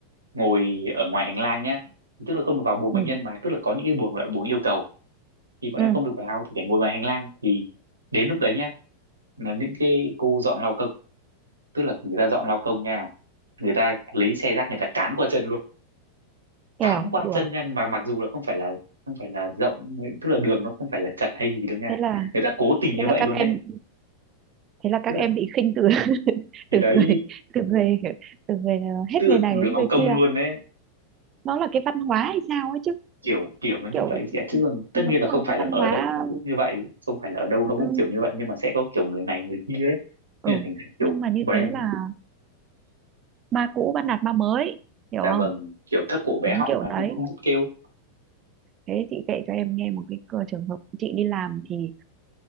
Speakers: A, on the right; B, on the right.
A: ngồi ở ngoài hành lang nhá tức là không được vào buồng
B: ừ,
A: bệnh nhân mà tức là có những cái buồng là buồng yêu cầu thì bọn
B: ừ.
A: em không được vào thì phải ngồi ngoài hành lang thì đến lúc đấy nhá là những cái cô dọn lao công tức là người ta dọn lao công nha người ta lấy xe rác người ta cán qua chân luôn
B: kèo
A: cán qua
B: đùa
A: chân nha mà mặc dù là không phải là không phải là rộng tức là đường nó không phải là chật hay gì đâu nha
B: thế là
A: người ta cố tình
B: thế
A: như
B: là
A: vậy
B: các
A: luôn
B: em
A: đấy
B: thế là các
A: tức là
B: em bị khinh từ <laughs>
A: thì
B: từ
A: đấy
B: người từ người từ người hết
A: tức là
B: người này
A: từ
B: đến
A: lao
B: người
A: công
B: kia
A: luôn đấy
B: nó là cái văn hóa hay sao ấy chứ
A: kiểu kiểu nó như
B: kiểu
A: vậy chị ạ chứ còn tất
B: giống
A: nhiên là
B: như
A: không phải
B: cái
A: là
B: văn
A: ở
B: hóa
A: đâu nó cũng như vậy không phải là ở đâu nó cũng
B: ừ,
A: kiểu như vậy nhưng mà sẽ có kiểu người này người kia ấy
B: ừ.
A: nên là thành ra kiểu
B: nhưng mà như
A: bọn
B: thế
A: em
B: là ma cũ bắt nạt ma mới hiểu
A: dạ
B: không
A: vâng kiểu thấp cổ bé
B: đúng
A: họng
B: kiểu
A: mà
B: đấy
A: cũng không biết kêu
B: thế chị kể cho em nghe một cái cơ- trường hợp chị đi làm thì